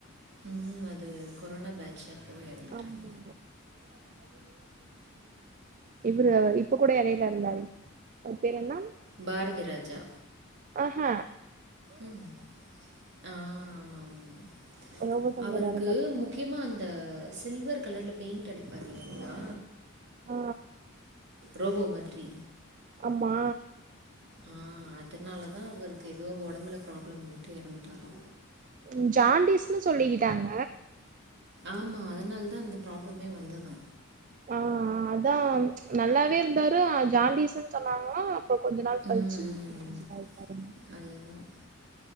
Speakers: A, on the right; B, on the right.
A: ம் அது கொரோனா பேட்ச் அப்போ இறந்துட்டாங்க
B: ஆமா இவுரு இப்ப கூட எடையில எறந்தாரே அவ்ர் பேர் என்ன
A: பாரதிராஜா
B: ஆஹ
A: ம் ஆ ஆமா ஆமா ஆமா
B: ரோபோ சங்கர்
A: அவருக்கு
B: யாரோ
A: முக்கியமா அந்த சில்வர் கலர்ல பெயிண்ட்டடிப்பார் இல்லிங்ளா
B: அ
A: ரோபோ மாத்ரி
B: ஆம்மா
A: அ அதனாலதா அவருக்கு எதோ ஒடம்புல ப்ராப்ளம் வந்துட்டு எறந்துட்டாரா
B: ம் ஜான்டிஸ்ன்னு சொல்லிக்கிட்டாங்க
A: ஆமா அதனால் தா இந்த ப்ராப்ளமே வந்ததா
B: அ அ அதா நல்லாவே இருந்தாரா ஜான்டிஸ்ன்னு சொன்னாங்ளா அப்போ கொஞ்ச நாள்
A: ம்
B: கழிச்சு இதாயிட்டாராம்
A: அதுதான்